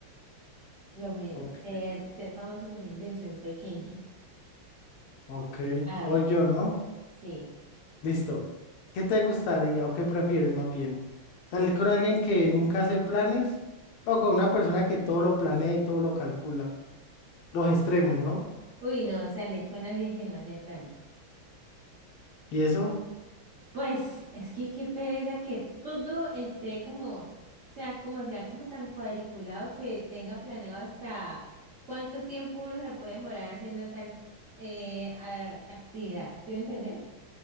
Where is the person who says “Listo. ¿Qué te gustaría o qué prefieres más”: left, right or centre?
Left